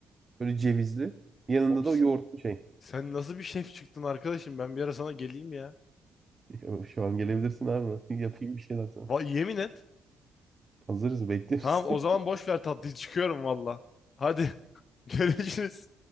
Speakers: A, on the right (about 30°); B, on the left (about 45°).
A: Böyle cevizli. Yanında
B: Oğlum, s-
A: da yoğurtlu şey.
B: sen nasıl bir şef çıktın arkadaşım? Ben bir ara sana geleyim ya.
A: <laughs> Şu an gelebilirsin abi. <laughs> Yapayım bir şeyler sana.
B: Va yemin et.
A: Hazırız bekleriz.
B: Tamam o
A: <laughs>
B: zaman boş ver tatlıyı çıkıyorum valla. Hadi <laughs> görüşürüz.